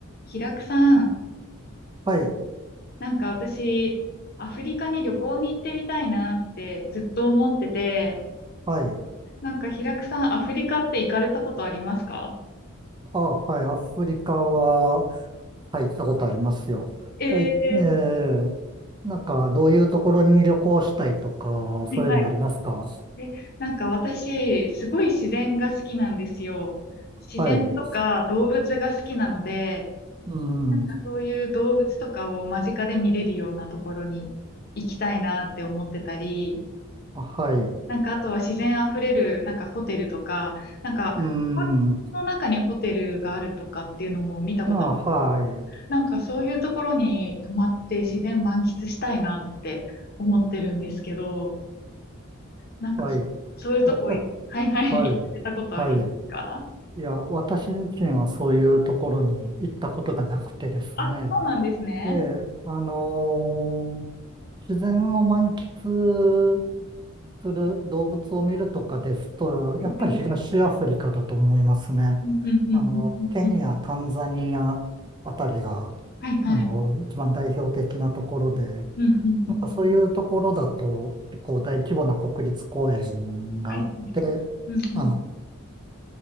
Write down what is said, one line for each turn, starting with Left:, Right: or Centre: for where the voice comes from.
Left: 平久さん、
Right: はい、
Left: なんか私、アフリカに旅行に行ってみたいなってずっと思ってて、
Right: はい。
Left: なんか平久さん、アフリカって行かれたことありますか
Right: あ、はい、アフリカは、はい、行ったことありますよ。
Left: ええ
Right: はい、えー、なんか、どういうところに旅行したいとか、
Left: は
Right: そういうのありますか
Left: い。え、なんか私、すごい自然が好きなんですよ。自然とか動物が好きなので、
Right: はい。うん。
Left: なんかそういう動物とかを間近で見れるようなところに行きたいなって思ってたり、
Right: あはい。
Left: なんか、あとは自然あふれる、なんかホテルとか、なんか、
Right: うん。
Left: パの中にホテルがあるとかっていうのも見たことある。
Right: あ、はい。
Left: なんか、そういうところに泊まって自然満喫したいなって思ってるんですけど、なんか、
Right: はい。
Left: そそういうとこい、
Right: わた、
Left: はいはい、
Right: はい。
Left: 行ってたことありますか
Right: はい。いや、私自身はそういうところに行ったことがなくてですね。
Left: あ、そうなんですね。
Right: ええ、あのー自然を満喫する動物を見るとかですと、
Left: はい。
Right: やっぱり東アフリカだと思いますね。
Left: うんうんうんうんうんうん。
Right: あの、ケニア、タンザニアあたりが、
Left: はいはい。
Right: あの、一番代表的なところで、
Left: うんうんうんうん。
Right: なんかそういうところだと、結構大規模な国立公園があって、
Left: はい。うんうん
Right: あの、